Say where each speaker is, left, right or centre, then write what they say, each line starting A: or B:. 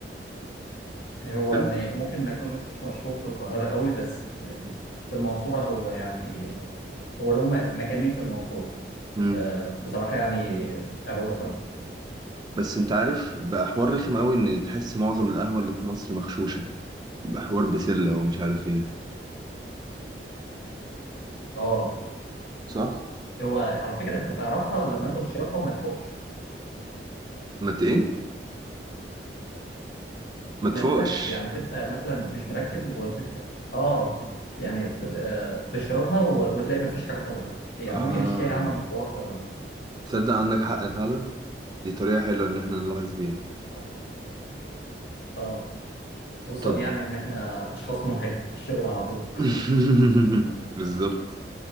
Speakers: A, on the left; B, on the right.
A: هو
B: حلو
A: ما ي- ممكن ما يكونش مشهور في القاهرة قوي بس آه، في المنصورة هو يعني هو له م- مكانين في المنصورة
B: مم.
A: آه، بصراحة يعني قهوته حلو
B: بس انت عارف بقى حوار رخم قوي ان تحس معظم القهوة اللي في مصر مغشوشة بقى حوار بسلة ومش عارف ايه
A: اه
B: صح
A: هو على فكرة انت تعرفها لما انت تشربها وما تفوقش
B: ما ت- ايه ما تفوقش
A: ما تفوقش يعني تبقى مثلا مش مركز وتشرب اه يعني ت- آه، تشربها و- وتلاقي ما فيش حاجة حصلت يعني
B: اه
A: ممكن الشاي عمل مفعول اكتر منها
B: تصدق عندك حق فعلا دي طريقة حلوة ان احنا نلاحظ بيها
A: اه اه خصوصا
B: طب
A: يعني ان احنا اشخاص منهكين في الشغل على طول
B: <laughs> بالظبط